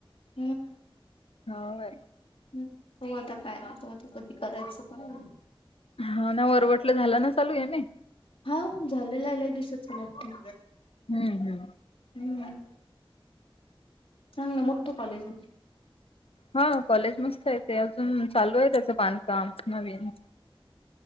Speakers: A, on the left; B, on the left.
A: हम्म.
B: हो काय?
A: हम्म हो आता काय त तू कधी करायच काय?
B: हा ना वरवटलं झालं ना चालू आहे ना एमए?
A: हो झालेला लई दिवसाचा लकी
B: हम्म हम्म
A: हम्म. चांगला मोठं कॉलेज आहे.
B: हा कॉलेज मस्त आहे ते, अजून चालू आहे त्याचं बांधकाम नवीन.